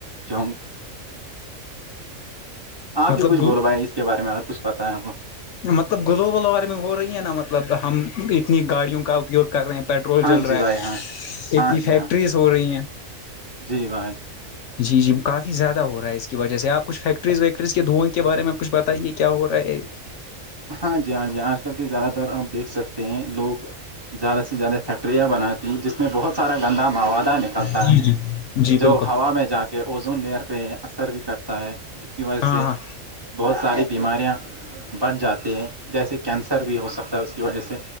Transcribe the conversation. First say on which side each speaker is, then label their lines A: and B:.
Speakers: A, on the right (about 20°); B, on the left (about 70°).
A: جم آپ
B: مطلب
A: ہی کچھ
B: مطلب
A: بولوائیں اس کے بارے میں اور کچھ پتائ ہے وہ
B: مطلب گلوبل وارمنگ ہو رہی ہے نا مطلب ہم اتنی گاڑیوں کا اپیوگ کر رہے ہیں پیٹرول
A: ہاں
B: جل
A: جی
B: رہا
A: بھائی
B: ہے
A: ہاں ہاں
B: اتنی
A: جی
B: فیکٹریز
A: ہاں
B: ہو رہی ہیں
A: جی بھائی
B: جی جی کافی زیادہ ہو رہا ہے اس کی وجہ سے آپ کچھ فیکٹریز ویکٹریز کے دھوئیں کے بارے میں کچھ بتائیے کیا ہو رہا ہے
A: ہاں جی ہاں جی آج کل کے زیادہ تر آپ دیکھ سکتے ہیں لوگ زیادہ سے زیادہ فیکٹریاں بناتی ہیں جس میں بہت سارا گندا موادہ ن چلتا
B: جی
A: ہے
B: جی جی
A: جو
B: بالکل
A: ہوا میں جا کے کہ اوزون لیئر پہ اثر بھی کٹتا ہے جس کی وجہ
B: ہاں
A: سے
B: ہاں
A: بہت ساری بیماریاں بچھ جاتی ہیں جیسے کینسر بھی ہو سکتا ہے اس کی وجہ سے